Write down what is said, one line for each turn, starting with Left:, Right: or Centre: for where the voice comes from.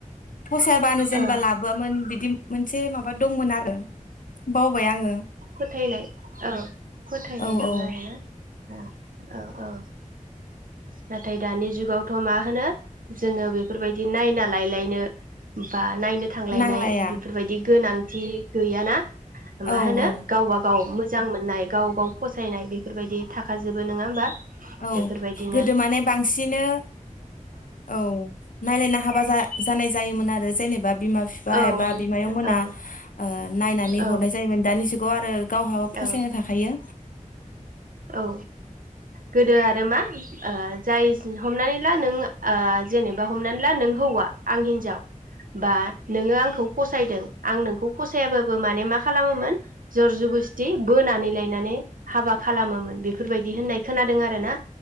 Left: फसायाबानो जेनेबा
Right: ओ
Left: लाबोआमोन बिदि मोनसे माबा दंमोन आरो बावबाय आङो
Right: फोथायनाय औ फोथायनाय
Left: औ
Right: दङ
Left: औ
Right: आरोना औ औ नाथाय दानि जुगावथ' मा होनो जोङो बेफोरबायदि नायना लायलायनो बा नायनो थांलायनाय
Left: नांलाया
Right: बेफोरबायदि गोनां थि गैया ना मा
Left: औ
Right: होनो
Left: औ
Right: गावबा गाव मोजां मोजां मोननाय गाव गाव फसायनाय बेफोरबायदि थाखाजोबो नङा होमबा बेफोरबाय
Left: औ गोदो माने बांसिनो औ नायलायना हाबा जानाय जायोमोन आरो जेनेबा बिमा बिफा
Right: ओ औ
Left: एबा बिमायं मोना
Right: औ
Left: नायनानै
Right: औ
Left: हरनाय जायोमोन दानि जुग ग आरो गावहाबो फसायनाय
Right: औ
Left: थाखायो
Right: औ गोदो आरो मा जाय हमनानै ला नों जेनेबा हमनानै ला नों हौवा आं हिनजाव बा नोङो आंखौ फसायदों आं नोंखौ फसायाबाबो माने मा खालामोमोन जर ज बस्थि बोनानै लायनानै हाबा खालामोमोन बेफोरबायदि होननाय खोनादों आरो ना